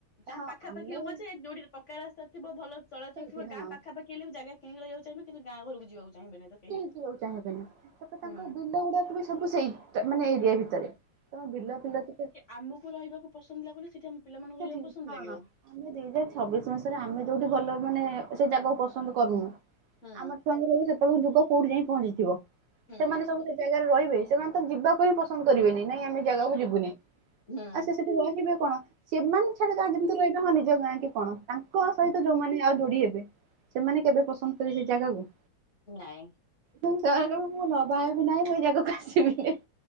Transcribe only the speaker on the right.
ହଁ
ଆମେ
ସେଇଠି
ହଁ
କେହି ଯିବାକୁ ଚାହିଁବେନି। ତାଙ୍କ
ବିଲ ଗୁଡାକ ବି ସବୁ ସେଇ ଟା ମାନେ
ଏରିଆ ଭିତରେ ତମ ବିଲ ଫିଲ ଟିକେ
ସେଠି
ହଁ
ଆମେ ଦୁଇ ହଜାର ଛବିଶ ମସିହାରେ ଆମେ ଯୋଉଠି ଭଲ ମାନେ ସେଇ ଜାଗାକୁ ପସନ୍ଦ କରୁନୁ
ଆମ ଛୁଆଙ୍କ ବେଳୁ ସେତବେଳୁ ଯୁଗ କୋଉଠି ଯାଇ ପହଞ୍ଚିଥିବ
ସେମାନେ ସବୁ ସେ ଜାଗାରେ ରହିବେ ସେମାନେ ତ ଯିବାକୁ ହିଁ ପସନ୍ଦ କରିବେନି ନାଇଁ ଆମେ ଜାଗାକୁ ଯିବୁନି
ଆଉ ସେ ସେଠି ରହିବେ କଣ ସେମାନେ ଛାଡ ଯା ଯେମିତି ରହିବେ ହଁ ନିଜ ଗାଁ କି କଣ ତାଙ୍କ ସହିତ
ଯୋଉମାନେ ଆଉ ଯୋଡି ହେବେ ସେମାନେ କେବେ ପସନ୍ଦ କରିବେ ଜାଗାକୁ।
ମୁଁ ତଣୁ ମୁଁ ନବା ହେବି ନାହିଁ ମୁଁ ଏଇ ଜାଗାକୁ ଆସିବିନି।